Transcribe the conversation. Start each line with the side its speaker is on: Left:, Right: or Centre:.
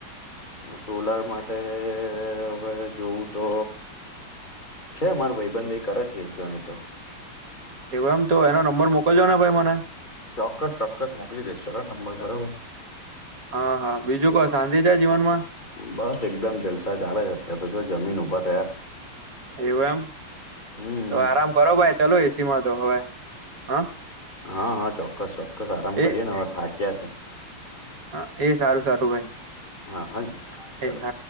Left: સોલાર માટે હવે જોવું તો. છે માર ભાઈબંધ એ કરે છે એક જણ ઈતો.
Right: એવ એમતો એનો નંબર મોકલજો ને ભાઈ મને.
Left: ચોક્કસ ચોક્કસ મોકલી દેસ નંબર બરોબર.
Right: હા હા બીજું કો શાંતિ છે જીવનમાં.
Left: બસ એકદમ જલસા ચાલે છે અત્ય્યારે તો જો જમીન ઊભા થયા.
Right: એવું એમ
Left: હમ
Right: તો આરામ કરો ભાઈ ચાલ એસીમાં તો હવે. હા
Left: હા હા ચોક્કસ ચોક્કસ આરામ
Right: એ
Left: કરીએે ને હવે થાક્યા છે.
Right: હા એ સારું સારું ભાઈ.
Left: હા હ ચાલો.
Right: એ હા